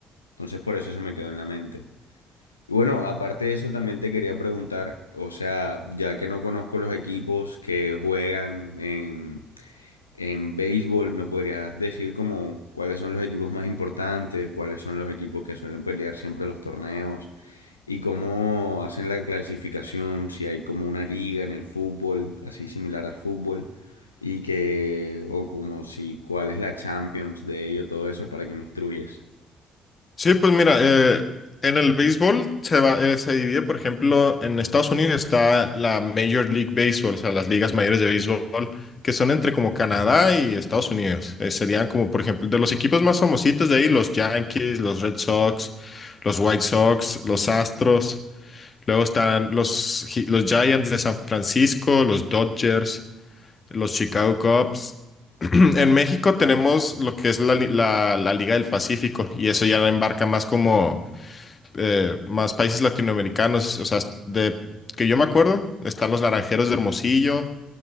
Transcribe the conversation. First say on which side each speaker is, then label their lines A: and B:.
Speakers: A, on the left; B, on the left.
A: Entonces, por eso se me quedó en la mente. Y bueno, aparte de eso, también te quería preguntar, o sea, ya que no conozco los equipos que juegan en, en béisbol, ¿me podrías decir como cuáles son los equipos más importantes, cuáles son los equipos que suelen pelear siempre los torneos? ¿Y cómo hacen la clasificación? Si hay como una liga en el fútbol, así similar al fútbol, y que, o como si, ¿cuál es la Champions de ello? Todo eso para que me instruyes.
B: Sí, pues mira, eh, en el béisbol se va, eh, se divide, por ejemplo, en Estados Unidos está la Major League Baseball, o sea, las ligas mayores de béisbol, que son entre como Canadá y Estados Unidos. Eh, serían como, por ejemplo, de los equipos más famositos de ahí, los Yankees, los Red Sox, los White Sox, los Astros. Luego están los, Gi- los Giants de San Francisco, los Dodgers, los Chicago Cubs. <clears throat> En México tenemos lo que es la, li- la la Liga del Pacífico y eso ya embarca más como eh, más países latinoamericanos, o sea, de que yo me acuerdo, están los Naranjeros de Hermosillo,